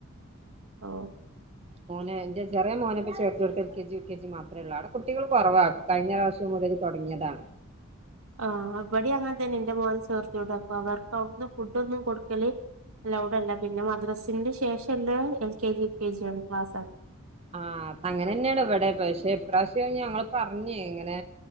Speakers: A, on the right; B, on the right.
A: ഓ
B: മോനെന്റെ ചെറിയ മോനെപ്പ ചേർത്ത് കൊടുത്ത് എൽകെജി. U K G. മാത്രമ ഉള്ള അവി കുട്ടികൾ കുറവ. കഴിഞ്ഞ പ്രാവശ്യം മുതൽ തു തൊടങ്ങിയതാ.
A: <inaudible> ആ ഇവടിം അങ്ങനെ തന്നെ ന്റെ മോൻ ചേർത്തിയോട്. അപ്പൊ അവർക്ക് അവിടുന്ന് ഫുഡൊന്നും കൊടുക്കല്. ലൗഡല്ല പിന്നെ മദ്രസിന്റെ ശേഷല്ലെ എൽകെജി, യുകെജി, ആണ് ക്ലാസണ്.
B: ആഹ് അങ്ങനെന്നേണ് വ്ടെ പക്ഷെ ഇപ്രാവശ്യം ഞങ്ങള് പറഞ്. ഇങ്ങനെ